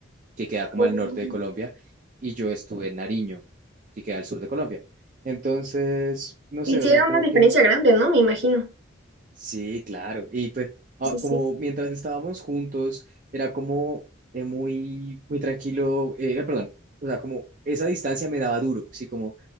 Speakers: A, on the right; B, on the right.
A: que queda como
B: Oh.
A: al norte de Colombia, y yo estuve en Nariño, que queda al sur de Colombia. Entonces, no
B: Hiciera
A: sé, o sea, como
B: una diferencia
A: que
B: grande, ¿no? Me imagino.
A: sí, claro. Y pues, ah,
B: Sí,
A: como
B: sí.
A: mientras estábamos juntos, era como eh, muy, muy tranquilo, eh, perdón, o sea, como esa distancia me daba duro, sí, como